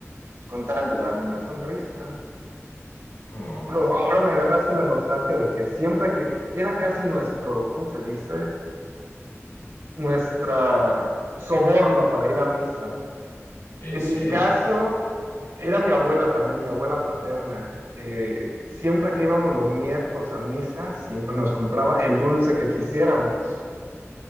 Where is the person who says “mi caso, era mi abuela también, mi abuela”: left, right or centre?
Right